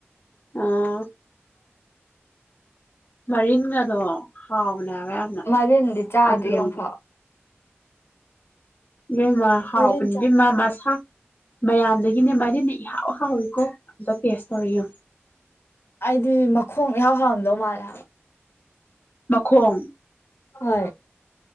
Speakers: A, on the left; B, on the left.
A: ꯑꯣ ꯃꯔꯤꯟꯒꯗꯣ ꯍꯥꯎꯕꯅꯦ ꯍꯥꯏꯕ ꯌꯥꯝꯅ
B: ꯃꯔꯤꯟꯗꯤ ꯆꯥꯗ꯭ꯔꯤ
A: ꯑꯟꯗ꯭ꯔꯣꯒꯤ
B: ꯑꯝꯐꯥꯎ
A: ꯏꯕꯦꯝꯃ ꯍꯥꯎꯕꯅꯤ
B: ꯃꯔꯤꯟ ꯆꯥ
A: ꯏꯕꯦꯝꯃ ꯃꯁꯥ ꯃꯌꯥꯝꯗꯒꯤꯅꯦ ꯃꯔꯤꯅ ꯏꯍꯥꯎꯍꯥꯎꯋꯤꯀꯣ ꯑꯝꯇ ꯇꯦꯁ ꯇꯧꯔ ꯌꯦꯡꯎ
B: ꯑꯩꯗꯤ ꯃꯈꯣꯡ ꯏꯍꯥꯎ ꯍꯥꯎꯔꯝꯗꯧ ꯃꯥꯜꯂꯦ ꯍꯥꯏꯕ
A: ꯃꯈꯣꯡ
B: ꯍꯣꯏ